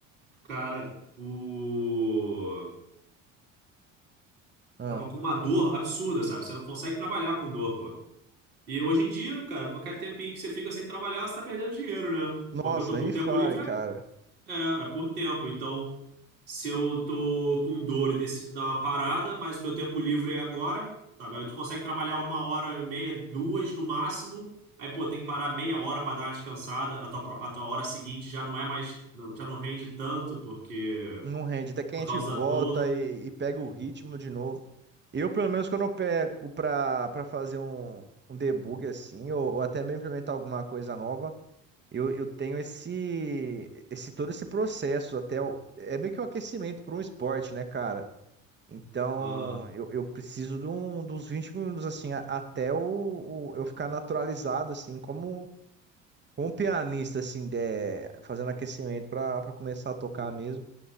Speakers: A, on the right; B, on the right.
A: Cara, o.
B: Ah.
A: Tava com uma dor absurda, sabe? Você não consegue trabalhar com dor, pô. E hoje em dia, cara, qualquer tempinho que você fica sem trabalhar, você tá perdendo dinheiro, né?
B: Nossa,
A: Porque eu tô
B: nem
A: com
B: me
A: tempo
B: fale,
A: livre,
B: cara.
A: é, é por tempo. Então, se eu tô com dor e decido dar uma parada, mas o meu tempo livre é agora, sabe? Aí tu consegue trabalhar uma hora, e meia, duas no máximo. Aí, pô, tem que parar meia hora pra dar uma descansada. A tua, pro- a tua hora seguinte já não é mais. não- Já não rende tanto, porque.
B: Não rende. Até que
A: Por
B: a gente
A: causa
B: volta
A: da dor.
B: e, e pega o ritmo de novo. Eu, pelo menos, quando eu pego pra, pra fazer um, um debug assim, ou, ou até mesmo implementar alguma coisa nova, eu, eu tenho esse, esse todo esse processo até o- é meio que um aquecimento para um esporte, né, cara? Então,
A: Aham.
B: eu, eu preciso de um, dos 20 minutos, assim, a- até o, o- eu ficar naturalizado, assim, como, como um pianista, assim, de, fazendo aquecimento para começar a tocar
A: <laughs>
B: mesmo.